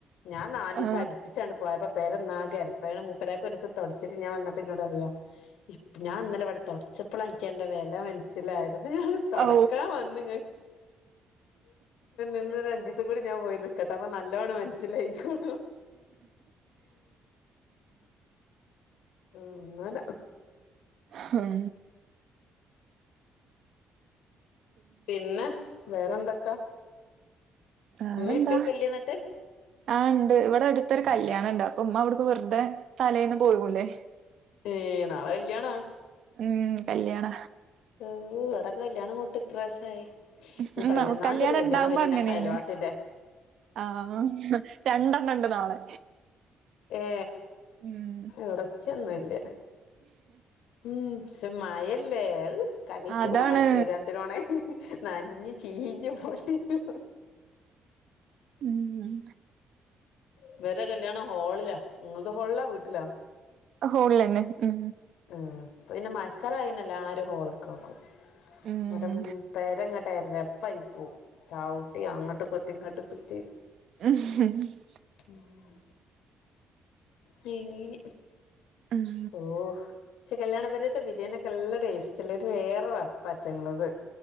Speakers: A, on the left; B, on the right.
A: ഞാൻ നാല് ദിവസം
B: ആ
A: അടുപ്പിച്ചാണ് പോയപ്പോ പേര ഒന്നാകെഎരപ്പാ മുൂപ്പരക്ക ഒരുസംതൊടച്ചിട്ട് ഞാൻ വന്നപ്പോ ന്നോട്റിയാം ഇ ഞാൻ ഇന്നല ഇവിടെ തുടച്ചപ്പളാ എനിക്ക് അതിന്റെ വില മനസ് മനസ്സിലായത് പ്പൊ ഞാൻ തുടക്കാൻ
B: ഓ
A: വന്നു... <unintelligible> ഞാൻ പോയി.. കേട്ടപ്പോ നല്ലോണ് മനസ്സിലായിക്ണു, അങ്ങന്നാ
B: ഹം
A: പിന്നെ വേറെന്തൊക്കാ
B: വേറെന്താ
A: ഉമ്മീം ഇപ്പിയൊക്കെ ഇല്ലേ ന്നിട്ട്
B: ആ ഉണ്ട് ഇവിടെ അടുത്തൊരു കല്യാണം ഉണ്ട് അപ്പൊ ഉമ്മ അവിടുക്ക് വെറുതെ തലേൽന്ന് പോകു ല്ലേ
A: ഏ നാളെ കല്യാണ
B: ഉം കല്യാണ
A: ഇവിടെ കല്യാണം കൂട്ട് ഇത്ര മാസായി
B: ഉം
A: ഇനി പതിനൊന്നാം തീയതി ഒരു കല്യാണം
B: ഇണ്ടാവുമ്പോ
A: വരുന്നുണ്ട്നമ്മുടെ
B: അങ്ങനേണ്
A: അയൽവാസിന്റെ
B: ആഹ് രണ്ടെണ്ണം ണ്ട് നാളെ
A: ഏ
B: ഉം
A: ഉറച്ചൊന്നുംല്ല ഉം പക്ഷെ മയല്ലേ കലച്ചൂടെ
B: അതാണ്
A: മയത്ത് കല്യാണത്തിനണേ നഞ് ചീഞ്ഞ പൊട്ടിച്ചു
B: ഉം
A: ഇവരുടെ കല്യാണം ഹോളിലാ നിങ്ങത് ഹോളിലാ വീട്ടിലാ
B: ഹോളില് തന്നെ ഉം
A: ഉ പിന്നെ മയക്കാലായ എല്ലാരും ഹോളക്ക്കോക്കും
B: ഉം
A: മറ്റേ പേര <unintelligible> ചവിട്ടി അങ്ങോട്ട് കുത്തി ഇങ്ങോട്ട് കുത്തി
B: <unintelligible>
A: ഉം നെയ്മീൻ
B: ഉം
A: ഓ പക്ഷെ കല്യാണ പര്യത്തെ ബിരിയാണിക്കെ നല്ല ടേസ്റ്റ് ഉള്ള വേറെ വപ്പാറ്റങ്ങളത്